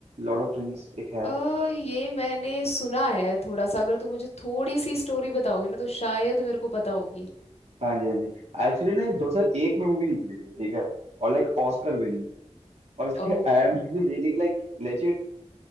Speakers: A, on the right (about 65°); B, on the left (about 60°).
A: लॉर्ड ऑफ रिंग्स एक है
B: अ ये मैंने सुना है थोड़ा सा अगर तुम मुझे थोड़ी सी स्टोरी बताओगे ना तो शायद मेरे को पता होगी
A: हाँ जी हाँ जी एक्चुअली ना ये 2001 में मूवी निकली थी ठीक है और लाइक ऑस्कर विनिंग और इसके
B: ओ
A: आईएमडीबी रेटिंग लाइक लेजिट